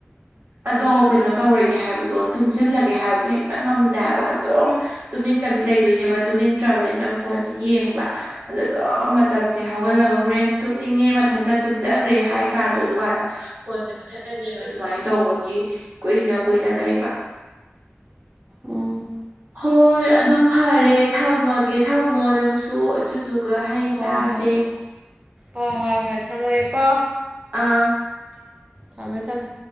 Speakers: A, on the right; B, on the right.
A: ꯑꯗꯣ ꯀꯩꯅꯣ ꯇꯧꯔꯣꯏꯒꯦ ꯍꯥꯏꯕꯗꯣ ꯇꯨꯝꯁꯤꯜꯂꯒꯦ ꯍꯥꯏꯕꯗꯣ ꯍꯦꯛꯇ ꯉꯝꯗꯦꯕ ꯑꯗꯨꯝ ꯇꯨꯝꯅꯤꯡꯗꯕꯤ ꯂꯩꯗꯣꯏꯅꯦꯕ ꯇꯨꯝꯅꯤꯡꯗ꯭ꯔꯕꯅꯤꯅ ꯐꯣꯟꯁꯦ ꯌꯦꯡꯕ ꯑꯗꯣ ꯑꯗꯨꯝ ꯃꯇꯝꯁꯦ ꯍꯧꯒꯠꯂꯒ ꯍꯣꯔꯦꯟ ꯇꯨꯝꯅꯤꯡꯉꯦ ꯃꯊꯟꯇ ꯇꯨꯝꯖꯈ꯭ꯔꯦ ꯍꯥꯏ ꯀꯥꯟꯗꯣ ꯑꯗꯨꯀꯥꯟꯗ ꯐꯣꯟꯁꯦ ꯃꯨꯊꯠꯂꯅꯦꯕ ꯑꯗꯨꯃꯥꯏꯅ ꯇꯧꯕꯒꯤ ꯀꯨꯏꯅ ꯀꯨꯏꯅ ꯂꯩꯕ
B: ꯎꯝ
A: ꯍꯣꯏ ꯑꯗꯨ ꯐꯔꯦ ꯊꯝꯃꯒꯦ ꯊꯝꯃꯣ ꯅꯪꯁꯨ ꯑꯗꯨ ꯑꯗꯨꯒ ꯍꯩ
B: ꯍꯣꯏ
A: ꯆꯥꯁꯦ
B: ꯍꯣꯏ ꯍꯣꯏ ꯍꯣꯏ ꯍꯣꯏ ꯊꯝꯃꯣꯒꯦ ꯀꯣ
A: ꯑꯥ
B: ꯊꯝꯃꯦ ꯊꯝꯃꯦ